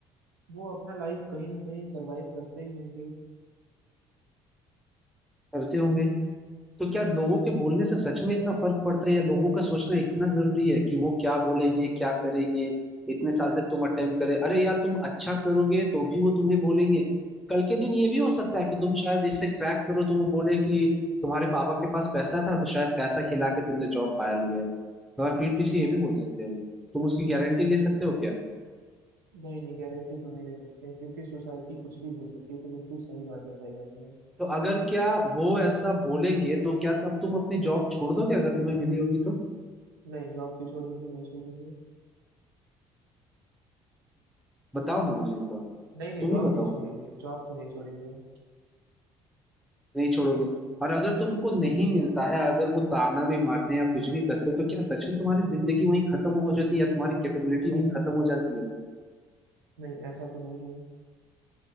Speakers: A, on the right; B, in the centre.
A: वो अपना लाइफ कहीं ना कहीं सरवाइव करते ही होंगे
B: करते होंगे तो क्या लोगों के बोलने से सच में इतना फर्क पड़ता है या लोगों का सोचना इतना जरूरी है कि वो क्या बोलेंगे क्या करेंगे इतने साल से तुम अटेम्प्ट करे अरे यार तुम अच्छा करोगे तो भी वो तुम्हें बोलेंगे कल के दिन ये भी हो सकता है कि तुम शायद इसे क्रैक करो तो वो बोले कि तुम्हारे पापा के पास पैसा था तो शायद पैसा खिला के तुमने जॉब पाया लिया है तुम्हारे पीठ पीछे ये भी बोल सकते हो वो। तुम उसकी गारंटी ले सकते हो क्या
A: नहीं नहीं गारंटी तो नहीं ले सकते हैं क्योंकि सोसाइटी कुछ भी बोल सकती है तो बिल्कुल सही बात बताई आपने
B: तो अगर क्या वो ऐसा बोलेंगे तो क्या तब तुम अपनी जॉब छोड़ दोगे अगर तुम्हें मिली होगी तो
A: नहीं जॉब क्यों छोड़ेंगे नहीं छोड़ेंगे
B: बताओ ना मुझे एक बार
A: नहीं नहीं
B: तुम
A: जॉब
B: ही बताओ
A: नहीं छोड़ेंगे
B: खुद।
A: जॉब तो नहीं छोड़ेंगे
B: नहीं छोड़ोगे और अगर तुमको नहीं मिलता है अगर वो ताना भी मारते हैं या कुछ भी करते हैं तो क्या सच में तुम्हारी जिंदगी वहीं खत्म हो जाती है या तुम्हारी कैपेबिलिटी वहीं खत्म हो जाती है
A: नहीं ऐसा तो नहीं है